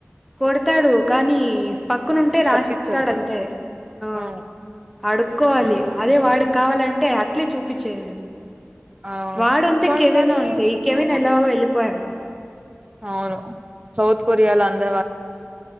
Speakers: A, in the centre; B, on the right (about 25°).
A: కొడతాడు కానీ పక్కను ఉంటే రాస్తాడు
B: చెప్పించడు
A: అంతే ఆ
B: ఉమ్
A: అడుక్కోవాలి అదే వాడుకి కావాలంటే చూపి చే
B: అవును
A: వాడు అంత కెవిన
B: కానీ
A: ఉంటంత ఈ కెవన్ ఎలా పోయడు
B: అవును సౌత్ కొరియాల అంద